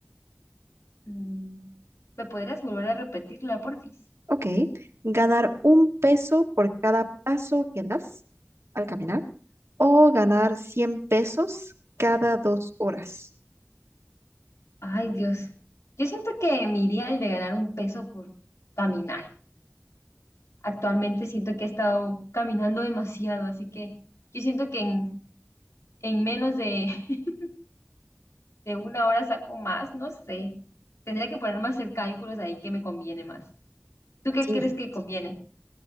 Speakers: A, on the left; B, on the right.
A: Mm, ¿Me podrías volver a repetirla, porfis?
B: Ok, ganar un peso por cada paso que das al caminar o ganar 100 pesos cada dos horas.
A: Ay, Dios. Yo siento que me iría el de ganar un peso por caminar. Actualmente siento que he estado caminando demasiado, así que yo siento que en, en menos de, <laughs> de una hora saco más, no sé. Tendría que ponerme a hacer cálculos ahí que me conviene más. ¿Tú qué
B: Sí,
A: crees que conviene?